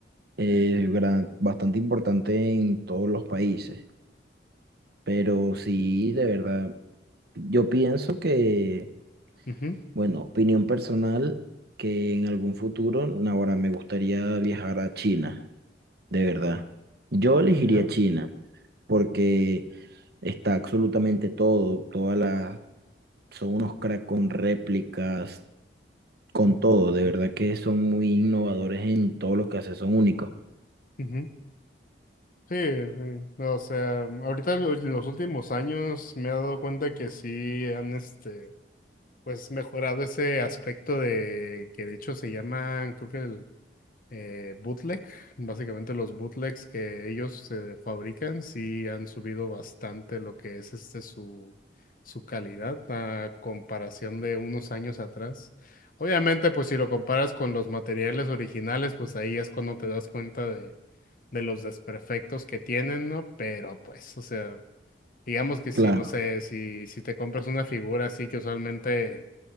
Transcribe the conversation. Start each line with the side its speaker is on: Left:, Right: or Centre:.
Right: eh, gran- bastante importante en todos los países. Pero sí, de verdad, yo pienso que,
Left: ujú,
Right: bueno, opinión personal, que en algún futuro, ahora me gustaría viajar a China. de verdad. Yo elegiría
Left: sí, ¿no?
Right: China porque está absolutamente todo, todas las, son unos crack con réplicas, con
Left: Ujú,
Right: todo, de verdad que son muy innovadores en todo lo que hacen, son únicos.
Left: ujú. Sí, sí. No, O sea, ahorita lo- en los últimos años me he dado cuenta que sí han, este, pues mejorado ese aspecto de que de hecho se llaman creo que el eh, bootleg. Básicamente los bootlegs que ellos eh, fabrican sí han subido bastante lo que es este su, su calidad a comparación de unos años atrás. Obviamente, pues si lo comparas con los materiales originales, pues ahí es cuando te das cuenta de, de los desperfectos que tienen, ¿no? Pero pues, o sea, digamos que si,
Right: Claro,
Left: no sé, si, si te compras una figura así que usualmente